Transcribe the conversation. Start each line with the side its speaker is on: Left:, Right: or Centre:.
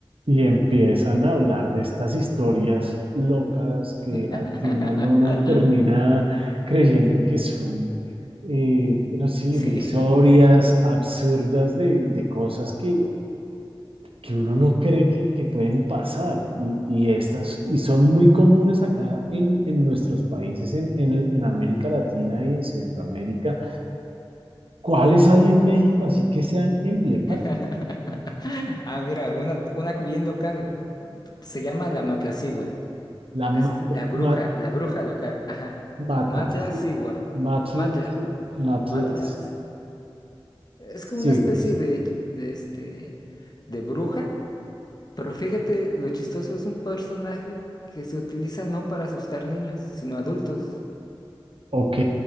Right: Y empiezan a hablar de estas historias locas que
Left: <laughs>
Right: al final uno termina creyendo que son, eh, bueno, sí,
Left: Sí.
Right: irrisorias, absurdas de, de cosas que, que uno no cree que, que pueden pasar. Y, y estas, y son muy comunes acá en, en nuestros países, en, en, en América Latina y en Centroamérica. ¿Cuáles hay en México así que sean emblemáticas?
Left: <laughs> Ah, mira, una, una bien local. Se llama la Matlacigua.
Right: La
Left: Es
Right: ma-
Left: la bruja,
Right: ma-
Left: la bruja local. Ajá.
Right: Matasí,
Left: Matlacigua.
Right: matlasí,
Left: Matla.
Right: matlas,
Left: Matlas. Es
Right: siglos.
Left: como una especie de, de este, de bruja. Pero fíjate, lo chistoso es un personaje que se utiliza no para asustar niños, sino adultos.
Right: Ok.